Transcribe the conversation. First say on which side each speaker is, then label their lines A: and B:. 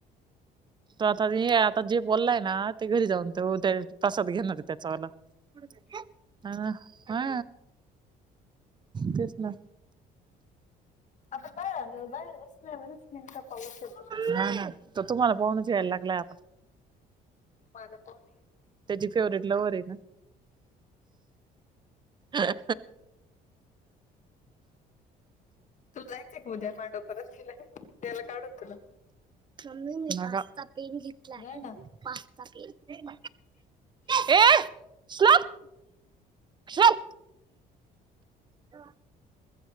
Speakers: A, on the right; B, on the left.
A: त आता हे आता जे बोललाय ना. ते घरी जाऊन ते त्या प्रसाद घेणार आहे त्याचा वाला हा तेच ना
B: आपण बाहेर आलो बाहेर वसल्या वरस नक पाह शतो
A: हा ना तुम्हाला पहूनच यायला लागय आपण
B: मला प
A: त्याची फेवर्हेट लव्ह र आहे ना? ह
B: तु जायचं आहे का उद्या मांडो परतला द्यायला काढून तुला.
A: म मी मीचा पेन घेतलाय
B: जाय ना
A: पाच पेन ह शलक शलक. ह